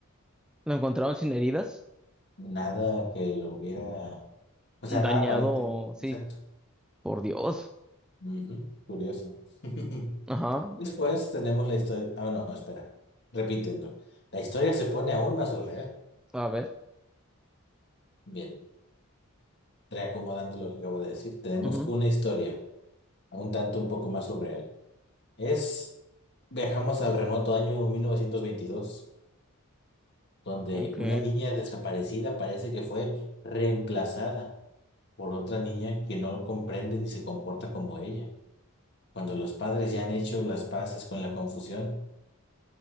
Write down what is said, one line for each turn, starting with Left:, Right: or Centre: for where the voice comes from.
Centre: ¿Lo encontraron sin heridas?
Left: Nada que lo hubiera... O sea,
Centre: Dañado,
Left: nada aparente.
Centre: sí.
Left: Exacto.
Centre: Por Dios.
Left: Ujú, Curioso. <laughs>
Centre: Ajá.
Left: Después tenemos la historia... Ah, no, espera. Repitiendo. La historia se pone aún más surreal.
Centre: A ver.
Left: Bien, reacomodando lo que acabo de decir, tenemos
Centre: Ujú,
Left: una historia, un tanto un poco más surreal. Es, viajamos al remoto año 1922, donde
Centre: Ok,
Left: una niña desaparecida parece que fue reemplazada por otra niña que no lo comprende ni se comporta como ella. Cuando los padres ya han hecho las paces con la confusión,